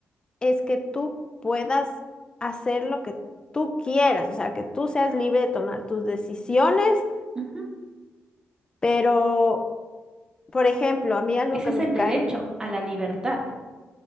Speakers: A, on the left; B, on the right.
A: es que tú puedas hacer lo que tú quieras, o sea, que tú seas libre de tomar tus decisiones,
B: Ujú.
A: pero, por ejemplo, a mí algo
B: Ese
A: que
B: es
A: me
B: el
A: cae
B: derecho a la libertad.